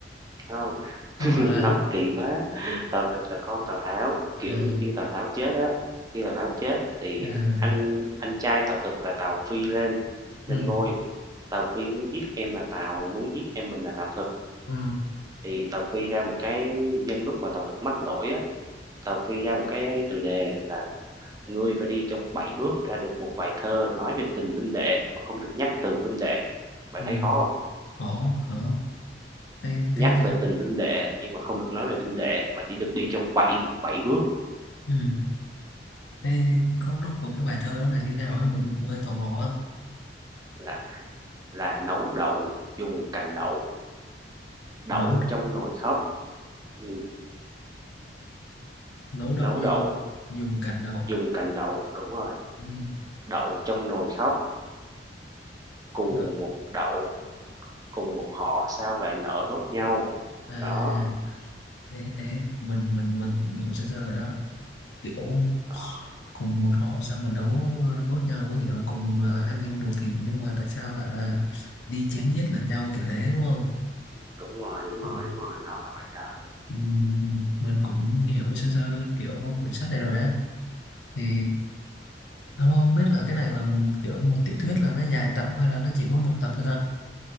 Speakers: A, on the right; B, on the left.
A: không
B: Không
A: <laughs>
B: phải
A: Nói
B: à,
A: kỳ quá, ờ, thực là con Tào Tháo, kiểu
B: à,
A: như, khi Tào Tháo chết á, khi Tào Tháo chết thì
B: à,
A: anh anh trai Tào Thực là Tào Phi lên lên
B: ừ,
A: ngôi, Tào Phi muốn giết em là Tào, muốn giết em mình là Tào Thực.
B: ừ,
A: Thì Tào Phi ra một cái nhân lúc mà Tào Thực mắc lỗi á, Tào Phi ra một cái từ đề là ngươi phải đi trong 7 bước ra được một bài thơ nói về tình huynh đệ mà không được nhắc từ huynh đệ. Bạn
B: ừ,
A: thấy khó không
B: khổ, khổ. Thế,
A: Nhắc
B: thế, thì-
A: về tình huynh đệ nhưng mà không được nói về huynh đệ mà chỉ được đi trong 7 7 bước
B: ừ, thế có trúc của cái bài thơ đó là như nào á? Mình cũng hơi tò mò á.
A: là là nấu đậu dùng cành đậu đậu
B: Nấu,
A: trong nồi khóc ừm,
B: nấu đậu
A: nấu
B: dùng,
A: đậu
B: dùng cành đậu.
A: dùng cành đậu đúng rồi
B: Ừ,
A: đậu trong nồi khóc cùng
B: đậu.
A: một đậu cùng một họ sao lại nở đốt nhau
B: À,
A: đó,
B: thế, thế, mình, mình, mình cũng hiểu sơ sơ rồi đó. Kiểu
A: đó
B: cùng một họ sao mà đấu đốt nhau có nghĩa là cùng là anh em ruột thịt nhưng mà tại sao lại là đi chém giết lẫn nhau kiểu thế đúng không?
A: đúng rồi đúng
B: Ừ.
A: rồi đúng rồi nó là vậy đó
B: Ừm, mình cũng hiểu sơ sơ kiểu quyển sách này rồi á thì không không biết là cái này là m- kiểu một tiểu thuyết là nó dài tập hay là nó chỉ có một tập thôi ta